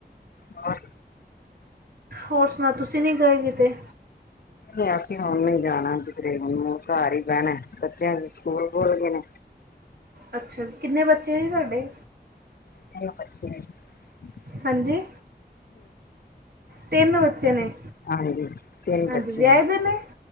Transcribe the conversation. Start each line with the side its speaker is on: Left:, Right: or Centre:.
Left: ਹਾਂ।
Right: ਹੋਰ ਸੁਣਾ ਤੁਸੀਂ ਨਹੀਂ ਗਏ ਕਿਤੇ
Left: ਨਹੀਂ। ਅਸੀਂ ਹੁਣ ਨ ਨਹੀਂ ਜਾਣਾ ਤਕਰੀਬਨ ਘਰ ਬੈਹਣਾ ਬੱਚਿਆਂ ਦੇ ਸਕੂਲ ਖੁੱਲ ਗਏ ਨੇ।
Right: ਅੱਛਾ ਜੀ। ਕਿੰਨੇ ਬੱਚੇ ਜੀ ਤੁਹਾਡੇ?
Left: <inaudible>
Right: ਹਾਂਜੀ। ਤਿੰਨ ਬੱਚੇ ਨੇ
Left: ਹਾਂਜੀ। ਤਿੰਨ
Right: ਹਾਂਜੀ
Left: ਬੱਚੇ
Right: ਵਿਆਹੇ
Left: ਹੈ।
Right: ਦੇ ਨੇ